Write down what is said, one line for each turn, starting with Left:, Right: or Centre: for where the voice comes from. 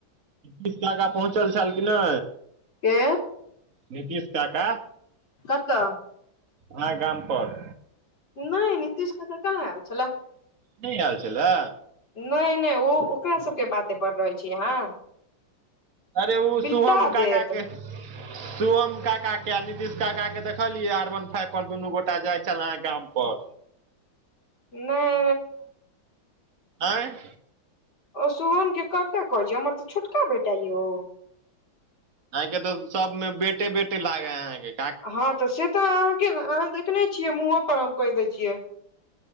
Right: पिछला साल पहुँचल छेल कि नै?
Left: के
Right: नीतीश काका
Left: कतऽ
Right: आहा गाम पर।
Left: नय नीतीश काका कहां एल छैले।
Right: नै एल छेले।
Left: नै - नै उ ओकरा सबके बाते पर रहै छी अहाँ।
Right: अरे उ
Left: बिलटा
Right: शुभम काका
Left: देत
Right: के सुभम काका के आ नितीश काका के देखलियै, आर वन फाइव पर दुनू गोटा जाय छल आहा गाम पर।
Left: न
Right: आँय।
Left: ओ सुोभम के काका कहै छी हमर तऽ छोटका बेटा ये ओ।
Right: आहाँ के तऽ सब में बेटे- बेटे लागे हे अहा के।
Left: हँ तऽ से तऽ अहाँके अहाँ देखने छियै, मुहो पर हम कैह दै छियै।